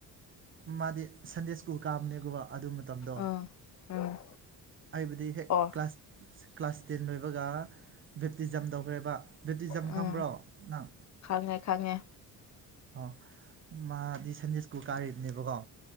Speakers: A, on the right; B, on the left.
A: ꯃꯥꯗꯤ ꯁꯟꯗꯦ ꯁ꯭ꯀꯨꯜ ꯀꯥꯕꯅꯦꯒꯨꯝꯕ ꯑꯗꯨ ꯃꯇꯝꯗꯣ
B: ꯑꯥ ꯎꯝ
A: ꯑꯩꯕꯨꯗꯤ ꯍꯦꯛ
B: ꯑꯣ
A: ꯀ꯭ꯂꯥꯁ ꯀ꯭ꯂꯥꯁ ꯇꯦꯟ ꯂꯣꯏꯕꯒ ꯕꯦꯞꯇꯤꯖꯝ ꯇꯧꯈ꯭ꯔꯦꯕ ꯕ꯭ꯦꯇꯤꯖꯝ
B: ꯎꯝ
A: ꯈꯪꯕ꯭ꯔꯣ ꯅꯪ
B: ꯈꯪꯉꯦ ꯈꯪꯉꯦ
A: ꯑꯣ ꯃꯥꯗꯤ ꯁꯟꯗꯦ ꯁ꯭ꯀꯨꯜ ꯀꯥꯔꯤꯕꯅꯦꯕꯀꯣ